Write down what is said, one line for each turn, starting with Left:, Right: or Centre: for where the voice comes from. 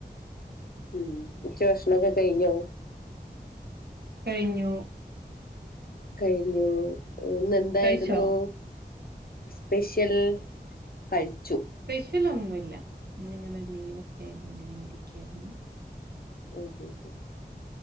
Left: ഉം ഉച്ച ഭക്ഷണമൊക്കെ കഴിഞ്ഞോ
Right: കഴിഞ്ഞു
Left: കഴിഞ്ഞു ഇന്ന് എന്തായിരുന്നു
Right: കഴിച്ചോ
Left: സ്പെഷ്യൽ കഴിച്ചു
Right: സ്പെഷ്യൽ ഒന്നുംഇല്ല ഇന്നിങ്ങനെ ലീവ ആതൊണ്ടങ്ങനെ ഇരിക്കുകയായിരുന്നു
Left: ഹ്ഹ്ഹ്